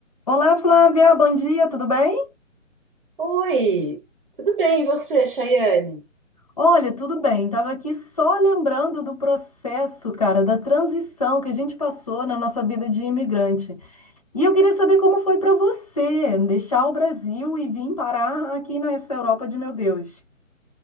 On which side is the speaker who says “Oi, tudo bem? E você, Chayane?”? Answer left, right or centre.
Right